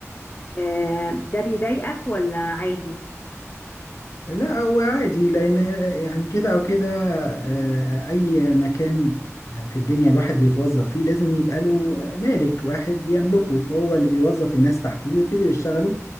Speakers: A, on the left; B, on the left.
A: آه، ده بيضايقك ولا عادي
B: لا هو عادي لأن يعني كده أو كده آه، أي مكان في الدنيا الواحد بيتوظف فيه لازم يبقى له مالك واحد بيملكه فهو اللي بيوظف الناس تحتيه ويبتدي يشتغلوا